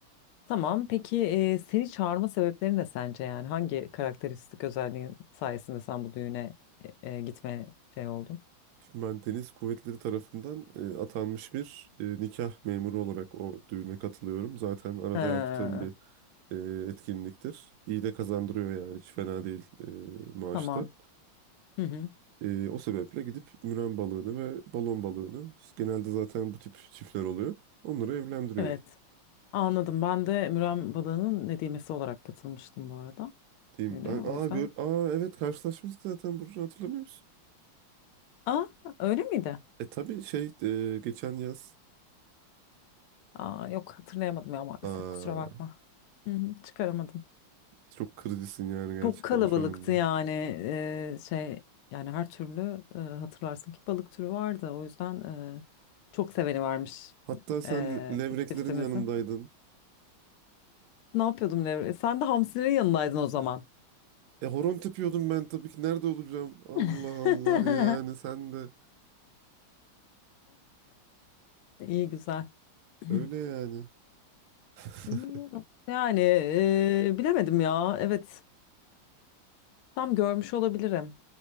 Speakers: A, on the left (about 85°); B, on the right (about 70°).
A: Tamam. Peki eee, seni çağırma sebepleri ne sence yani? Hangi karakteristik özelliğin sayesinde sen bu düğüne e, e, gitme gitmeye şey oldun?
B: Şimdi ben Deniz Kuvvetleri tarafından e, atanmış bir e, nikah memuru olarak o düğüne katılıyorum. Zaten arada
A: Ha,
B: yaptığım bir e, etkinliktir. İyi de kazandırıyor yani hiç fena değil e, maaşta.
A: tamam. Hı hı.
B: E, o sebeple gidip müren balığını ve balon balığını işte genelde zaten bu tip çiftler oluyor. Onları evlendiriyor
A: Evet. Anladım. Ben de Müren balığının nedimesi olarak katılmıştım bu arada
B: diyeyim.
A: düğüne.
B: Ben
A: O
B: aa
A: yüzden.
B: gör aa evet karşılaşmıştık zaten Burcu hatırlamıyor musun?
A: Aa, öyle miydi?
B: E tabii şey e, geçen yaz
A: Aa, yok hatırlayamadım ya maalesef
B: aa
A: kusura bakma. Hı hı, çıkaramadım.
B: çok kırıcısın yani gerçekten
A: Çok kalabalıktı
B: şu anda.
A: yani e, şey yani her türlü e, hatırlarsın ki balık türü vardı. O yüzden e, çok seveni varmış
B: Hatta sen
A: e,
B: le- levreklerin
A: çiftimizi.
B: yanındaydın.
A: Ne yapıyordum Devre? Sen de hamsinin yanındaydın o zaman.
B: E horon tepiyordum ben tabii ki nerede olacağım? Allah
A: <laughs>
B: Allah yani sen de
A: İyi güzel. <clears throat>
B: öyle yani. <laughs>
A: İyi. Yani e, bilemedim ya. Evet. Tam görmüş olabilirim.